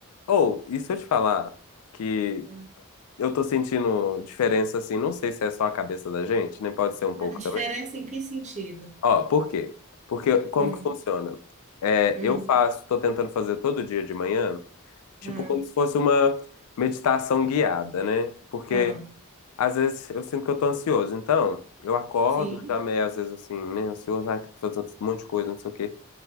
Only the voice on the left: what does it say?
Ou, e se eu te falar que
eu tô sentindo diferença assim, não sei se é só a cabeça da gente, nem pode ser um
pouco
também.
Ó, por quê? Porque como
que funciona? É,
eu faço, tô tentando fazer todo dia de manhã, tipo
como se fosse uma meditação guiada, né? Porque
às vezes eu sinto que eu tô ansioso, então eu acordo
já meio às vezes assim, né, ansioso, ai, tem que fazer um monte de coisa, não sei o quê.